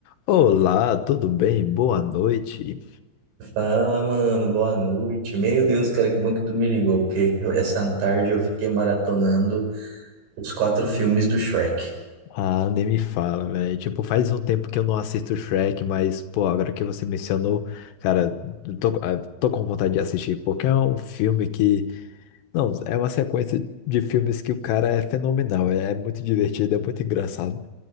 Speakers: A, on the left (about 75°); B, on the right (about 70°).
A: Olá, tudo bem? Boa noite.
B: Fala, mano, boa noite. Meu Deus, cara, que bom que tu me ligou, porque eu- essa tarde eu fiquei maratonando os quatro filmes do Shrek.
A: Ah, nem me fala, velho. Tipo, faz um tempo que eu não assisto Shrek, mas, pô, agora que você mencionou, cara, eu tô, ah, tô com vontade de assistir, porque é um filme que. Não, é uma sequência de filmes que o cara é fenomenal, é muito divertido, é muito engraçado.